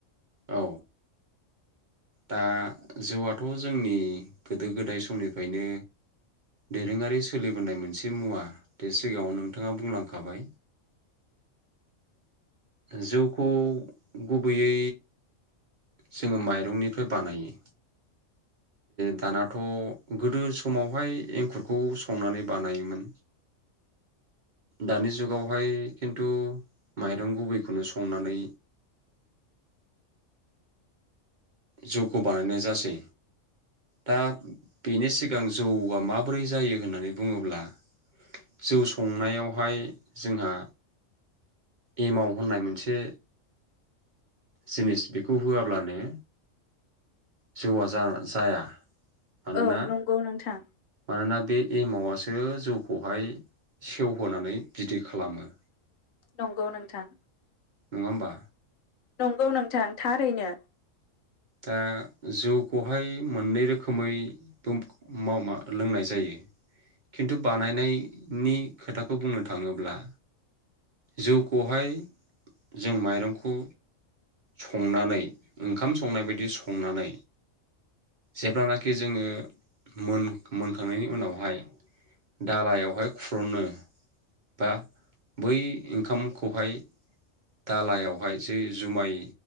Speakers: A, on the right; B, on the left.
A: औ दा जौआथ' जोंनि गोदो गोदाय समनिफ्रायनो दोरोङारि सोलिबोनाय मोनसे मुवा बे सिगाङाव नोंथाङा बुंलांखाबाय। जौखौ गुबैयै जोङो माइरंनिफ्राय बानायो। दानाथ' गोदो समावहाय एंखुरखौ संनानै बानायोमोन दानि जुगावहाय खिन्थु माइरं गुबैखौनो संनानै जौखौ बानायनाय जासै दा बेनि सिगां जौआ माबोरै जायो होननानै बुङोब्ला जौ संनायावहाय जोंहा एमाव होननाय मोनसे जिनिस बेखौ होआब्लानो जौआ जा-जाया। मानोना
B: औ नंगौ नोंथां।
A: मानोना बे एमावआसो जौखौहाय सेवहोनानै बिदै खालामो।
B: नंगौ नोंथां।
A: नङा होमबा?
B: नंगौ नोंथां थारैनो।
A: दा जौखौहाय मोननै रोखोमै बो मा मा लोंनाय जायो खिन्थु बानायनायनि खोथाखौ बुंनो थाङोब्ला जौखौहाय जों माइरंखौ संनानै ओंखाम संनाय बायदि संनानै जेब्लानाखि जोङो मोन मोनखांनायनि उनावहाय दालायावहाय खुर'नो बा बै ओंखामखौहाय दालायावहाय जै जुमाय